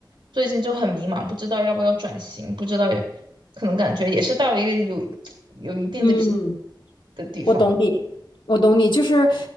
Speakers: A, on the right (about 80°); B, on the left (about 85°).
A: 最近就很迷茫，不知道要不要转型，不知道也可能感觉也是到了一个有有一定的疲
B: 嗯，
A: 的地方。
B: 我懂你，我懂你。就是